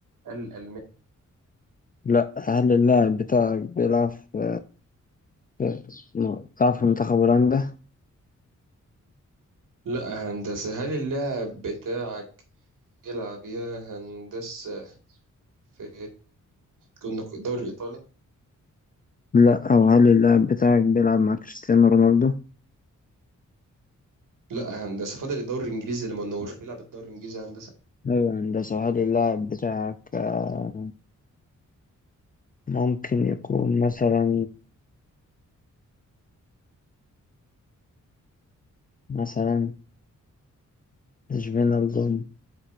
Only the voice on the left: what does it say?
لأ هل اللاعب بتاعك بيلعب في في- بيلعب في منتخب هولندا
لا او هل اللاعب بتاعك بيلعب مع كريستيانو رونالدو
أيوة يا هندسة هل اللاعب بتاعك آه، ممكن يكون مثلا مثلا مش بين الظلم